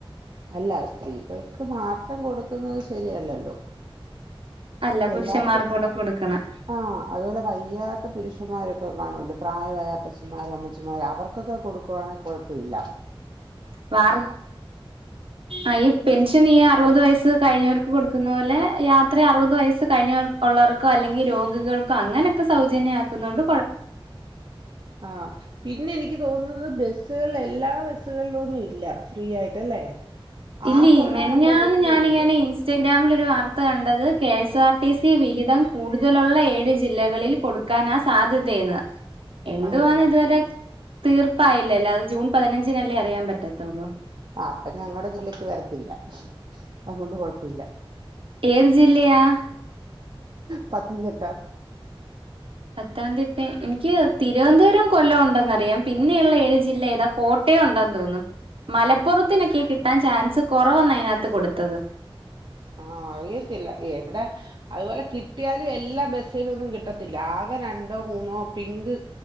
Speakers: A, on the right; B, on the right.
A: അല്ല അഹ് സ്ത്രീകൾക്ക് മാത്രം കൊടുക്കുന്നത് ശരിയല്ലല്ലോ
B: അല്ല പുരുഷന്മാർക്കൂടെ
A: എല്ലാർക്കും
B: കൊടുക്കണം
A: ആഹ് അതുപോലെ കയ്യാത്ത പുരുഷന്മാരൊ ക്കെ കാണൂലോ പ്രായവായ അപ്പച്ചന്മാരോ അമ്മച്ചിമാരോ അവർക്കൊക്കെ കൊടുക്കുവാണെ കുഴപ്പല്ല
B: വാർ ആഹ് ഈ പെൻഷൻ ഈ അറുപത് വയസ്സ് കഴിഞ്ഞവർക്ക് കൊടുക്കുന്ന പോലെ യാത്ര അറുപത് വയസ്സ് കഴിഞ്ഞവർ ഉള്ളവർക്കോ അല്ലെങ്കിൽ രോഗികൾക്കോ അങ്ങനെക്കെ സൗജന്യയാക്കുന്നോണ്ട്
A: ആഹ് പിന്നെ എനി ക്ക് തോന്നുന്നത് ബസ്സുകളിൽ എല്ലാ ബസ്സുകളിലൊന്നും ഇല്ല ഫ്രീ ആയിട്ടല്ലേ
B: ഇല്ലീ
A: ആകെ ഒന്നോ
B: മെനഞ്ഞാന്ന്
A: രണ്ടോ ബസ്സിലേ
B: ഞാനിങ്ങനെ
A: ഉള്ളൂ
B: ഇൻസ്റ്റഗ്രാമിൽ ഒരു വാർ ത്ത കണ്ടത് K S R T C വിഹിതം കൂടുതലുള്ള ഏഴ് ജില്ലകളിൽ കൊടുക്കാനാ സാധ്യത എന്ന് എന്തുവാന്ന്
A: ആഹ്
B: ഇതുവരെ തീർപ്പായില്ലല്ല അത് ജൂൺ പതിനഞ്ചിനല്ലേ അറിയാൻ പറ്റത്തുള്ളൂ
A: ആപ്പം ഞങ്ങടെ ജില്ലക്ക് വരത്തില്ല അതുകൊണ്ട് കൊഴപ്പില്ല
B: ഏത് ജില്ലയാ
A: പത്തനംതിട്ടാ
B: പത്തനംതിട്ട എനിക്ക് തിരുവനന്തപുരം കൊല്ലം ഉണ്ടെന്ന്റിയാം പിന്നെയ്ള്ള ഏഴ് ജില്ല ഏതാ കോട്ടയം ഉണ്ട തോന്നുന്നു മലപ്പുറത്തിനൊക്കെ കിട്ടാൻ ചാൻസ് കുറവന്ന അതിനകത്ത് കൊടുത്തത്.
A: ആ അറിയത്തില്ല എവിടെ അതുപോലെ കിട്ടിയാലും എല്ലാ ബസില് ഒന്നും കിട്ടത്തില്ല ആകെ രണ്ടോ മൂന്നോ പിങ്ക്